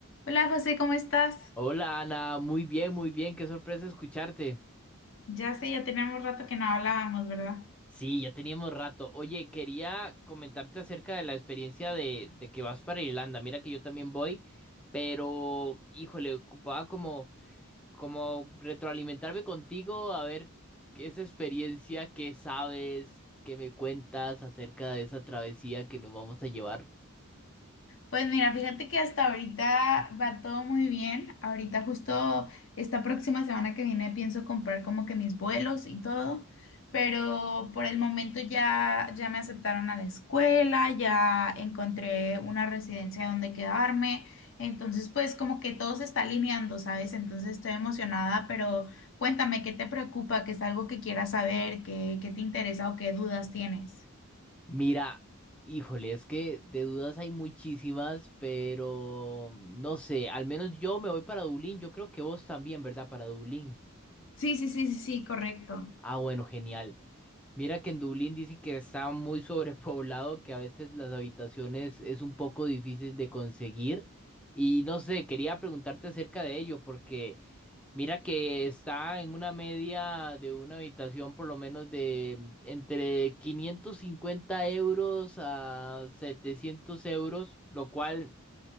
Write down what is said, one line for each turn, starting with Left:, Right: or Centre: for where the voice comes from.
Left: Hola José, ¿cómo estás?
Centre: Hola Ana, muy bien, muy bien, qué sorpresa escucharte.
Left: Ya sé, ya teníamos rato que no hablábamos, ¿verdad?
Centre: Sí, ya teníamos rato. Oye, quería comentarte acerca de la experiencia de, de que vas para Irlanda. Mira que yo también voy, pero híjole, ocupaba como, como retroalimentarme contigo a ver qué esa experiencia, qué sabes, qué me cuentas acerca de esa travesía que nos vamos a llevar.
Left: Pues mira, fíjate que hasta ahorita va todo muy bien. Ahorita justo esta próxima semana que viene pienso comprar como que mis vuelos y todo, pero por el momento ya ya me aceptaron a la escuela, ya encontré una residencia donde quedarme. Entonces, pues como que todo se está alineando, ¿sabes? Entonces estoy emocionada, pero cuéntame, ¿qué te preocupa? ¿Qué es algo que quieras saber? ¿Qué, qué te interesa o qué dudas tienes?
Centre: Mira, híjole, es que de dudas hay muchísimas, pero no sé, al menos yo me voy para Dublín, yo creo que vos también, ¿verdad? Para Dublín.
Left: Sí, sí, sí, sí, sí, correcto.
Centre: Ah, bueno, genial. Mira que en Dublín dicen que está muy <laughs> sobrepoblado, que a veces las habitaciones es un poco difícil de conseguir. Y no sé, quería preguntarte acerca de ello, porque... Mira que está en una media de una habitación por lo menos de entre 550 euros a 700 euros, lo cual